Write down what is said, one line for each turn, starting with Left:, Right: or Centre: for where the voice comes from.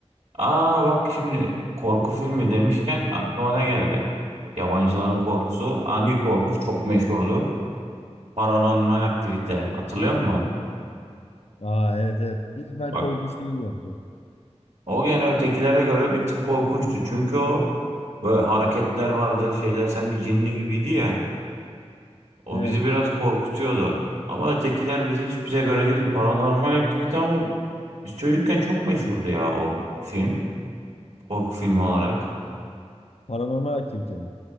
Right: Aa bak şimdi korku filmi demişken aklıma ne geldi? Yabancıların korkusu. Hangi korku çok meşhurdu? Paranormal aktivite. Hatırlıyor musun?
Left: Aa evet evet. Hiç ben
Right: Bak
Left: korkunç değildi bence o.
Right: o gene ötekilere göre bir tık korkunçtu. Çünkü o böyle hareketler vardı. Şeyler sanki cinli gibiydi ya. O
Left: Evet.
Right: bizi biraz korkutuyordu. Ama ötekiler bizi hiç bize göre değildi. Paranormal aktivite ama biz çocukken çok meşhurdu ya o film. Korku filmi olarak.
Left: Paranormal aktivite mi?